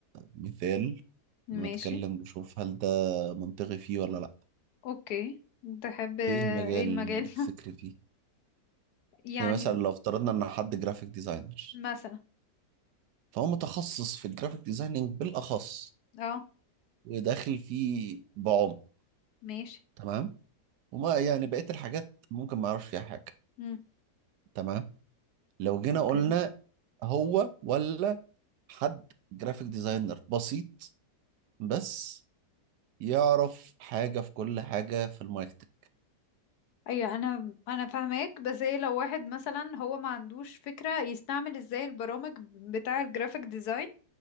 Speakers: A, on the right (about 75°); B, on the left (about 70°).
A: مثال ونتكلم
B: ماشي
A: نشوف هل ده منطقي فيه ولا لأ
B: اوكي تحب ايه
A: إيه المجال
B: المجال
A: اللي تفكري فيه
B: <laughs> يعني
A: يعني مثلا لو افترضنا إن حد جرافيك ديزاينر
B: مثلا
A: فهو متخصص في الجرافيك ديزايننج بالأخص
B: اه
A: وداخل فيه بعمق
B: ماشي
A: تمام وما يعني بقية الحاجات ممكن ما أعرفش فيها حاجة
B: مم.
A: تمام لو جينا
B: اوكي
A: قلنا هو ولا حد جرافيك ديزاينر بسيط بس يعرف حاجة في كل حاجة في الماركتنج
B: ايوه انا انا فاهماك بس ايه لو واحد مثلا هو ما عندوش فكرة يستعمل ازاي البرامج بتاع الجرافيك ديزاين